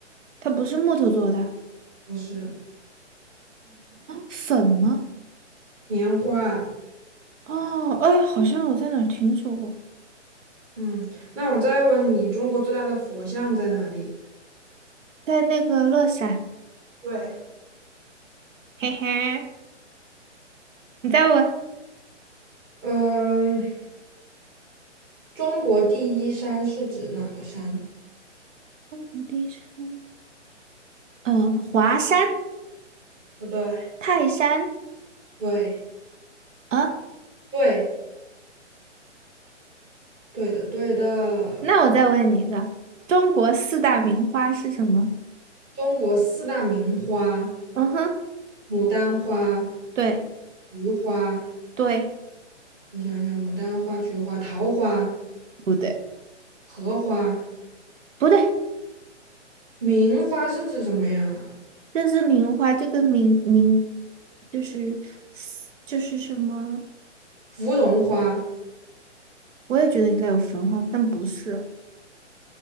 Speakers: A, on the right (about 85°); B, on the right (about 20°).
A: 它不是木头做的啊？
B: 不是
A: 粉吗？
B: 棉花。
A: 哦，哎，好像我在哪儿听说过，
B: 嗯，那我再问你，中国最大的佛像在哪里？
A: 在那个乐山，
B: 对。
A: 嘿嘿，你再问
B: 嗯，中国第一山是指哪个山？
A: 中国第一山，嗯，华山、
B: 不对，
A: 泰山
B: 对
A: 啊。
B: 对对的对的，
A: 那我再问你一个，中国四大名花是什么？
B: 中国四大名花：
A: 嗯哼，
B: 牡丹花、
A: 对
B: 菊花。
A: 对，
B: 我想一想，牡丹花、菊花、桃花、
A: 不对，
B: 荷花。
A: 不对，
B: 名花是指什么呀？
A: 这是名花，这个名名就是就是什么？
B: 芙蓉花。
A: 我也觉得应该有焚花，但不是，